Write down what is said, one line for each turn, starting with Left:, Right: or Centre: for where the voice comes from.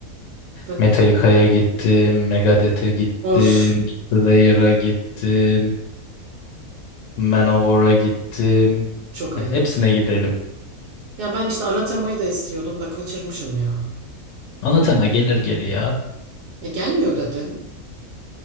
Right: <laughs> Be-
Left: Metallica'ya gittim, Megadeth'e gittim,
Right: Of,
Left: Slayer'a gittim, Manowar'a gittim.
Right: çok
Left: Heh,
Right: ayıp.
Left: Hepsine gidelim.
Right: Ya ben işte ana temayı da istiyordum da kaçırmışım ya.
Left: Anatema gelir geri ya.
Right: E, gelmiyor dedin.